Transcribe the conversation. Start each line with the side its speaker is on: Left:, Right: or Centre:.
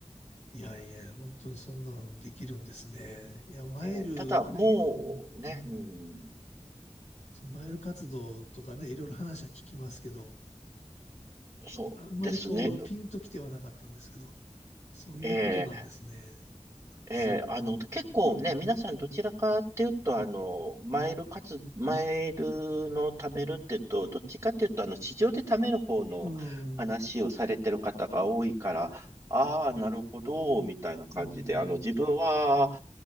Left: いやいや、本当にそんなんできるんですね。いや、マイル、
Right: えーただ、もうね、
Left: ね、まうん
Right: うん、
Left: そのマイル活動とかね、いろいろ話は聞きますけど、
Right: そうですね。
Left: あんまりこう、ピンときてはなかったんですけど、そういうことなんですね。
Right: えーえーあの、
Left: すごい。
Right: 結構ね、皆さんどちらかっていうと、あの、マイルかつ、マイルの貯めるっていうと、どっちかっていうと、あの、市場で貯める方の話をされてる方が多いから、
Left: うん、う
Right: ああ、なるほど、みたいな感じで、
Left: ん、
Right: あの、自分は、